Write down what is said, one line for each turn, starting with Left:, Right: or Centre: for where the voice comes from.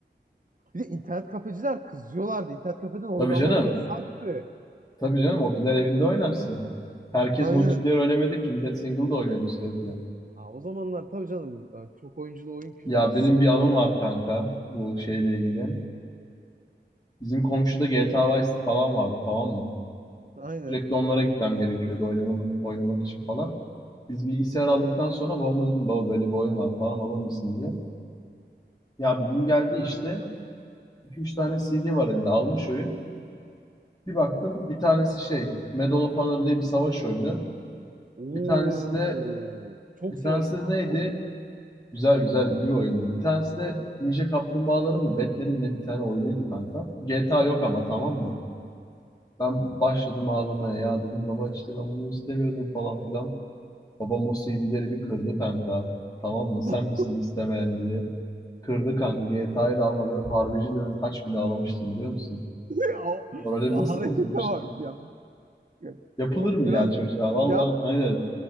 Right: Bir de internet kafeciler kızıyorlardı. İnternet kafeden
Left: Tabii
Right: oyun almak
Left: canım.
Right: yasaktı.
Left: Tabii canım o gider evinde oynarsın. Herkes
Right: Aynen.
Left: multiplayer oynamadı ki millet single da oynuyordu sürekli.
Right: Aa, o zamanlar tabii canım ben çok oyunculu oyun kültürü
Left: Ya
Right: sıfır
Left: benim bir anım
Right: ya.
Left: var kanka bu şeyle ilgili. Bizim komşuda GTA Vice City falan vardı tamam mı?
Right: Aynen.
Left: Sürekli onlara gitmem gerekiyordu oynamak, oynamak için falan. Biz bilgisayar aldıktan sonra babama dedim baba böyle bir oyun var falan alır mısın diye. Ya bir gün geldi işte. iki üç tane CD var elinde almış oyun. Bir baktım bir tanesi şey Medal of Honor diye bir savaş oyunu.
Right: Oo,
Left: Bir tanesi de
Right: çok
Left: bir
Right: severim
Left: tanesi
Right: kanka
Left: de neydi?
Right: oyunu.
Left: Güzel güzel iyi bir oyundu. Bir tanesi de Ninja Kaplumbağaların mı? Batman'in ne bir tane oyunuydu kanka. GTA yok ama tamam mı? Ben başladım ağlamaya ya dedim baba işte ben bunu istemiyordum falan filan. Babam o CD'leri bir kırdı kanka. Tamam mı sen
Right: <laughs>
Left: misin istemeyen diye. Kırdı kanka GTA'yı da almadı. Harbici diyorum kaç gün ağlamıştım biliyor musun?
Right: ya, o-
Left: Morali
Right: ya
Left: nasıl
Right: harekete
Left: bozulmuştu?
Right: bak ya. Ya
Left: Yapılır
Right: Çok
Left: mı
Right: biraz
Left: ya çocuğa? Valla
Right: ya
Left: aynen.